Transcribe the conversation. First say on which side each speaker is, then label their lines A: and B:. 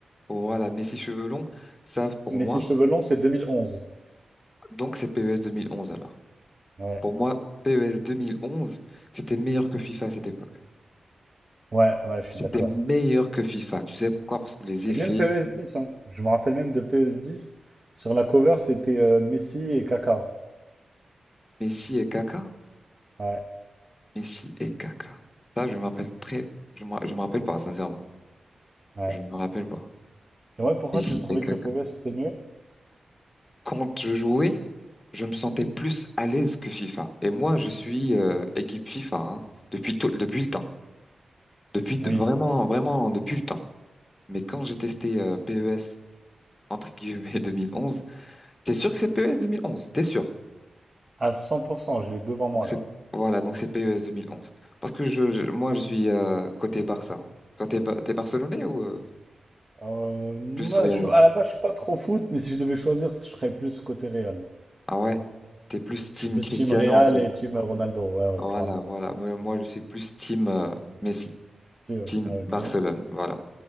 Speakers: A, on the left; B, on the right.
A: Voilà, Messi cheveux longs, ça pour
B: Messi
A: moi.
B: cheveux longs, c'est 2011.
A: Donc c'est PES 2011 alors.
B: Ouais.
A: Pour moi, PES 2011, c'était meilleur que FIFA à cette époque.
B: Ouais, ouais, je
A: C'était
B: suis d'accord.
A: meilleur que FIFA. Tu sais pourquoi? Parce que les
B: Et
A: effets
B: même PES 10, hein. Je me rappelle même de PES 10. Sur la cover, c'était euh, Messi et Kaka.
A: Messi et Kaka.
B: Ouais,
A: Messi et Kaka. Ça, je me rappelle très, je me, je me rappelle pas, sincèrement.
B: ouais.
A: Je ne me rappelle pas.
B: Et ouais, pourquoi
A: Messi
B: tu trouvais
A: et Kaka.
B: que PES était mieux?
A: quand je jouais, je me sentais plus à l'aise que FIFA. Et moi, je suis euh, équipe FIFA hein, depuis tôt- depuis le temps, depuis de-
B: Oui,
A: vraiment vraiment depuis le temps. Mais quand j'ai testé euh, PES entre guillemets <laughs> 2011, t'es sûr que c'est PES onze T'es sûr?
B: à 100%, je l'ai devant moi,
A: Donc c'est
B: là.
A: voilà, donc c'est PES onze. Parce que je, je- moi je suis euh, côté Barça. hein. Toi t'es Ba- t'es Barcelonais ou euh,
B: Euh, moi,
A: plus Real?
B: je, à la base, je suis pas trop foot, mais si je devais choisir, je serais plus côté Real.
A: Ah ouais, t'es plus team
B: Je suis plus
A: Cristiano
B: team Real
A: en fait.
B: et team Ronaldo. Ouais,
A: Voilà
B: ouais, clairement.
A: voilà. Moi, moi je suis plus team euh, Messi,
B: Si, ouais.
A: team
B: Ouais, ok,
A: Barcelone. Voilà.